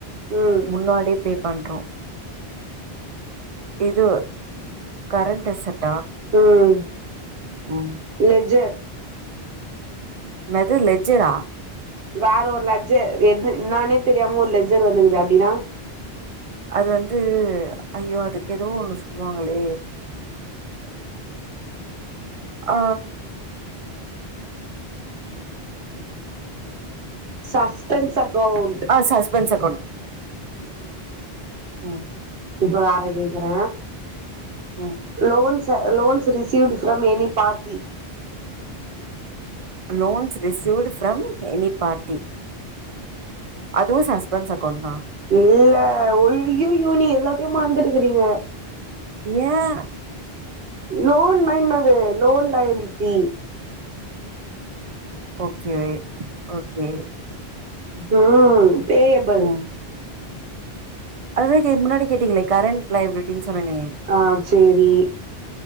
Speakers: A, on the right; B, on the right.
A: ம்
B: முன்னாடியே பே பண்றோ இது கரண்ட் அசட்
A: ம்
B: ம்
A: லெஜ்ஜர்
B: என்னது லெஜ்ஜரா
A: வேற ஒரு லஜ்ஜர் என்னானே தெரியாம ஒரு லஜ்ஜர் வந்துங்கது அப்டின்னா
B: அது வந்து ஐயோ அதுக்கு எதோ ஒண்ணு சொல்லுவாங்களே ஆ
A: சஸ்பென்ஸ் அக்கவுண்ட்.
B: ஆ சஸ்பென்ஸ் அக்கௌண்ட் ம்
A: இப்ப வேற கேக்குற
B: ம்
A: loans. Loans received from any party.
B: Loans received from any party. அதுவு சஸ்பண்ட்ஸ் அக்கவுண்ட்தா,
A: இல்ல ஒய் யு ஐயையோ நீங்க எல்லாத்தையு மறந்துட்டுக்கிறீங்க.
B: ஏன்
A: லோன்னா என்னாது லோன் லைனிட்டி
B: ஓகே ஓகே
A: ம் கேயபல்
B: ம் அதுதா கே முன்னாடி கேட்டீங்களே கரண்ட் லைப்பிரிட்டின் சொன்னனே
A: ஆ சேரி